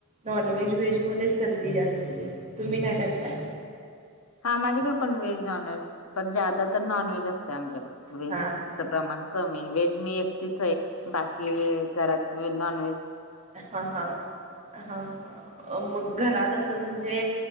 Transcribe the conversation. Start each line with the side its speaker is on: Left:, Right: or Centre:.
Right: नॉन व्हेज, व्हेजमध्येच करते जास्त मी तुम्ही काय करताय?
Left: हा माझ्याकडे पण व्हेज नॉन व्हेज पण ज्यादा तर नॉन व्हेज असते आमच्याकड व्हेजचा
Right: हां हां
Left: प्रमाण कमी आहे व्हेज मी एकटीच आहे बाकी घरात नॉन व्हेज
Right: हा हा हा हा मग घरात असं म्हणजे